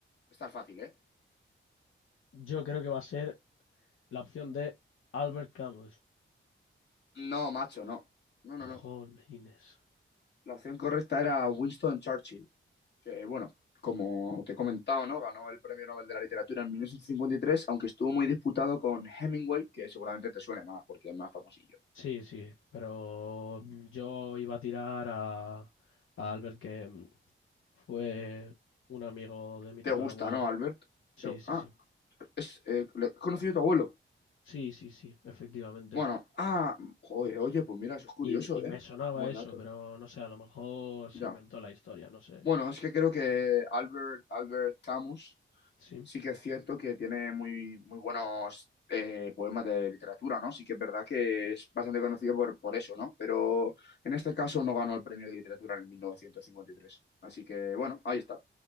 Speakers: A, on the left (about 55°); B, on the left (about 75°).
A: Está fácil, ¿eh?
B: yo creo que va a ser la opción de Albert Camus.
A: No, macho, no. No, no,
B: Jolines.
A: no. La opción correcta era Winston Churchill, que bueno, como te he comentado, ¿no? Ganó el Premio Nobel de la Literatura en 1953, aunque estuvo muy disputado con Hemingway, que seguramente te suene más porque es más famoso.
B: Sí, sí, pero mm, yo iba a tirar a, a Albert, que mm, fue un amigo de mi
A: Te
B: tatarabuelo.
A: gusta, ¿no, Albert?
B: Sí,
A: Te-
B: sí,
A: ah,
B: sí.
A: es, eh, le- he conocido a tu abuelo.
B: Sí, sí, sí, efectivamente.
A: Bueno, ah, joder, oye, pues mira, eso es curioso,
B: Y, y me
A: ¿eh?
B: sonaba
A: Buen
B: eso,
A: dato.
B: pero no sé, a lo mejor se
A: Ya.
B: inventó la historia, no sé.
A: Bueno, es que creo que Albert, Albert Camus
B: Sí.
A: sí que es cierto que tiene muy, muy buenos eh, poemas de literatura, ¿no? Sí que es verdad que es bastante conocido por, por eso, ¿no? Pero en este caso no ganó el premio de literatura en el 1953. Así que, bueno, ahí está.